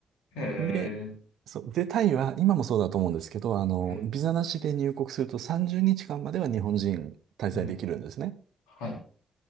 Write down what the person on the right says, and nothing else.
で、
そう、で、タイは、今もそうだと思うんですけど、あの、
ビザなしで入国すると30日間までは日本人滞在できるんですね。